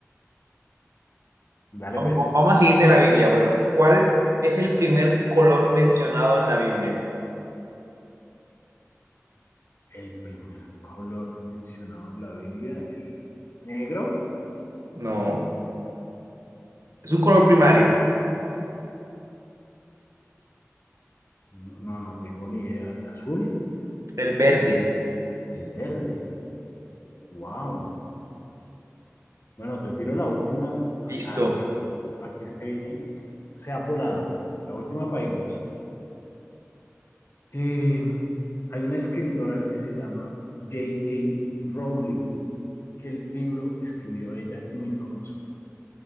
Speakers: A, on the left; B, on the right.
A: Dale,
B: Vamos
A: pues.
B: vamos a seguir de la Biblia. Bueno, ¿cuál es el primer color mencionado en la Biblia?
A: El primer color mencionado en la Biblia, el negro.
B: No, es un color
A: Uy,
B: primario,
A: no, no, no tengo ni idea. El azul,
B: el verde.
A: el verde. Wow. Bueno, te tiro la última acá
B: Listo.
A: para que, para que usted sea volador. La última para irnos. Eh, hay una escritora que se llama J.K. Rowling. ¿Qué libro escribió ella muy famoso?